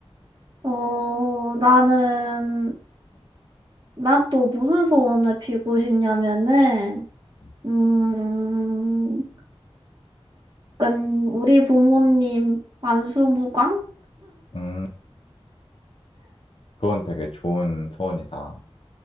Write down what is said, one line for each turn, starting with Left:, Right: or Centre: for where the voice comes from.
Right: 어, 나는,
Left: 응.
Right: 난 또 무슨 소원을 빌고 싶냐면은,
Left: 응.
Right: 음, 약간, 우리 부모님 만수무강?
Left: 음, 그건 되게 좋은 소원이다.